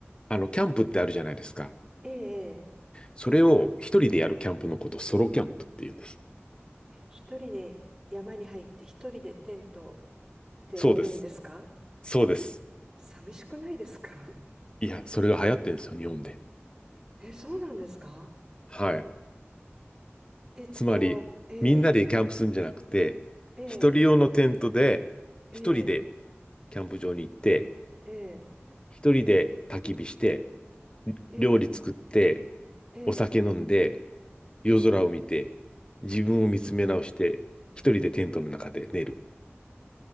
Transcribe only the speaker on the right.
ええ、え
ええ一人で山に入って一人でテントで寝るんですか
寂しくないですか
<laughs> え、そうなんですか
えっと、
ええ、
ええ、
ええ、
ええ、
ええ、
ええ